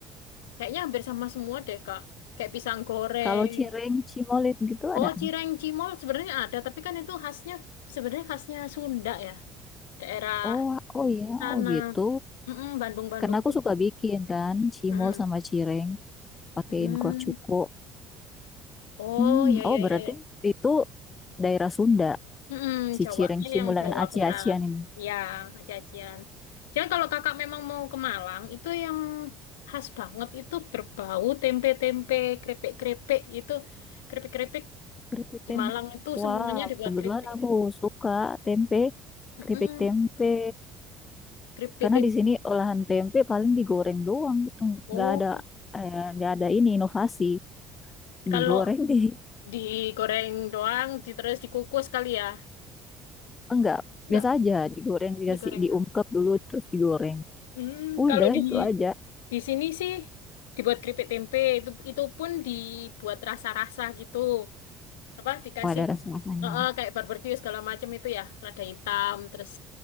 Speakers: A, on the left; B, on the left.
A: kayaknya hampir sama semua deh, Kak. Kayak pisang goreng.
B: kalau cireng, cimolit gitu
A: Oh,
B: ada.
A: cireng cimol sebenarnya ada, tapi kan itu khasnya, sebenarnya khasnya Sunda ya. Daerah
B: Oh, oh iya,
A: sana.
B: oh gitu.
A: Mm-mm, Bandung-Bandung
B: Karena aku
A: gitu.
B: suka bikin kan, cimol
A: Mm-mm.
B: sama cireng, pakein
A: Hmm.
B: kuah cuko.
A: Oh,
B: Hmm,
A: ya, ya,
B: oh berarti
A: ya. ya.
B: itu daerah Sunda,
A: Mm-mm,
B: si
A: Jawanya
B: cireng, cimol
A: yang
B: dan
A: Jawa
B: aci-acian
A: Barat.
B: ini.
A: Ya, jajan. Jangan kalau kakak memang mau ke Malang, itu yang khas banget itu berbau tempe-tempe, krepek-krepek itu. Keripik-keripik
B: Keripik
A: Di
B: tempe.
A: Malang itu
B: Wah,
A: semuanya dibuat
B: kebetulan
A: keripik.
B: aku suka tempe,
A: Mm-mm,
B: keripik tempe.
A: keripik
B: Karena di sini olahan tempe paling digoreng doang gitu,
A: tempo.
B: nggak ada eh, nggak ada ini inovasi,
A: Kalau
B: digoreng di
A: digoreng doang, di- terus dikukus kali ya?
B: enggak
A: Enggak,
B: biasa aja digoreng dikasih
A: digoreng
B: diungkep
A: doang.
B: dulu terus digoreng.
A: Hmm,
B: Udah
A: kalau di
B: itu aja.
A: di sini sih dibuat keripik tempe itu itu pun dibuat rasa-rasa gitu. Apa dikasih
B: Oh, ada rasa-rasanya.
A: eh, eh, kayak barbeque segala macam itu ya, lada hitam, terus